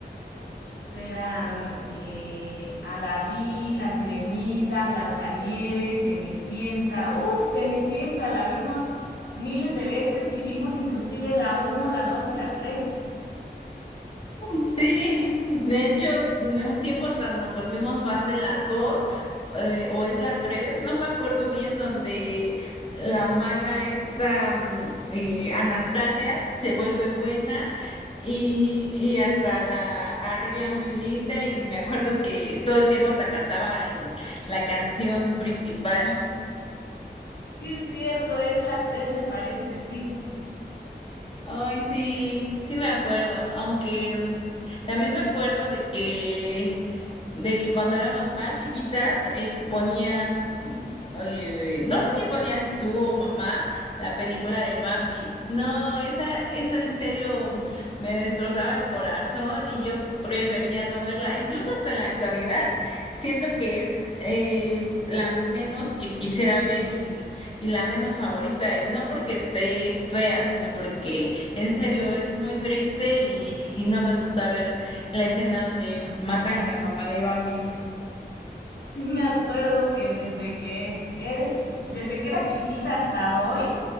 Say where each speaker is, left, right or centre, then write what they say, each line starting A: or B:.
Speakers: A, on the left; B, on the left.
A: eran eh, Aladín, La Sirenita, Blancanieves, Cenicienta. Uf, Cenicienta, la vimos miles de veces y vimos inclusive la uno, la 2 y la 3.
B: Sí, de hecho, mm, un tiempo hasta nos volvimos fan de la dos eh, o es la 3, no me acuerdo bien, donde la mala esta mm, eh, Anastasia se vuelve buena y, y hasta la arregla muy linda y me acuerdo que todo el tiempo hasta cantaba el, la canción principal.
A: Sí, es cierto, es la 3 me parece, sí.
B: Ay, sí, sí me acuerdo, aunque mm, también me acuerdo de que, de que cuando éramos más chiquitas eh, ponían, mm, eh, no sé quién ponía, si tú o mamá, la película de Bambi. No, esa, esa en serio me destrozaba el corazón y yo prefería no verla, incluso hasta en la actualidad. Siento que es eh, la menos que quisiera ver y la menos favorita, y no porque esté fea, sino porque en serio es muy triste y, y no me gusta ver la escena donde matan a la mamá de Bambi.
A: Sí, me acuerdo que desde que eres chiqui- desde que eras chiquita hasta hoy.